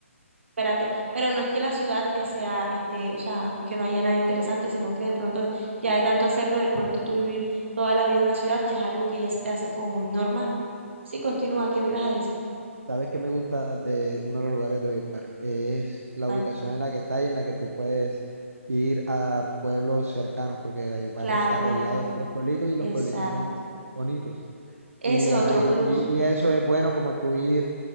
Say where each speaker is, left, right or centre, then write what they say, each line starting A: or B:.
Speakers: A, on the right (about 55°); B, on the right (about 75°).
A: espérate, pero no es que la ciudad eh, sea, este, o sea, que no haya nada interesante, sino que de pronto, ya de tanto hacerlo, de pronto tú vivir toda la vida en una ciudad, ya es algo que ya se te hace como muy normal. Sí, continúa, ¿qué me ibas a decir?
B: sabes qué me gusta de uno de los lugares de Valledupar? Es la
A: ¿Cuál?
B: ubicación en la que está y en la que tú puedes ir a pueblos cercanos, porque Valledupar
A: Claro,
B: está
A: mira,
B: rodeado de puros pueblitos y los
A: exacto,
B: pueblitos son bonitos.
A: ese
B: Y,
A: es
B: ajá,
A: otro
B: y,
A: plus,
B: y y eso es bueno como tú ir